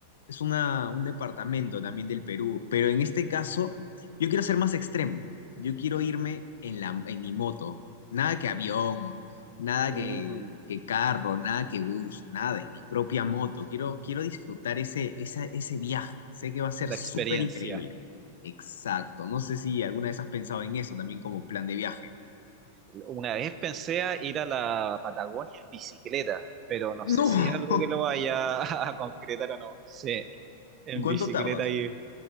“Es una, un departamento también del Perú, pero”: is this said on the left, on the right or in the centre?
Left